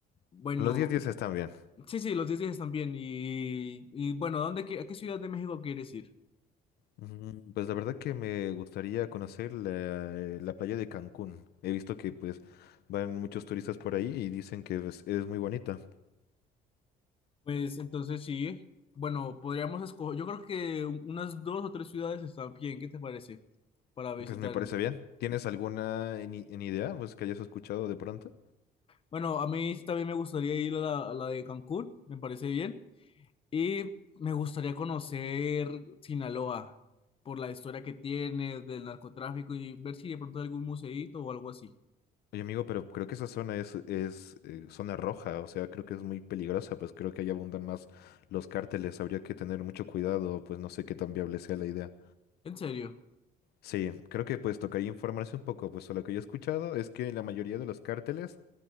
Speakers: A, on the left (about 35°); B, on the left (about 70°).
A: Bueno,
B: Los 10 días están bien.
A: Sí, sí, los 10 días están bien. Y, y bueno, ¿a ¿dónde, qui- a qué ciudad de México quieres ir?
B: Mm, Pues la verdad que me gustaría conocer la, eh, la playa de Cancún. He visto que pues van muchos turistas por ahí y dicen que pues, es muy bonita.
A: Pues entonces sí, bueno, podríamos escoger, yo creo que un- unas dos o tres ciudades están bien, ¿qué te parece? Para visitar.
B: Pues me parece bien. ¿Tienes alguna en, i- en idea pues que hayas escuchado de pronto?
A: Bueno, a mí sí también me gustaría ir a la, a la de Cancún, me parece bien. Y me gustaría conocer Sinaloa por la historia que tiene del narcotráfico y ver si de pronto hay algún museíto o algo así.
B: Oye amigo, pero creo que esa zona es, es eh, zona roja, o sea, creo que es muy peligrosa, pues creo que ahí abundan más los cárteles. Habría que tener mucho cuidado, pues no sé qué tan viable sea la idea.
A: En serio.
B: Sí, creo que pues tocaría informarse un poco, pues a lo que yo he escuchado es que la mayoría de los cárteles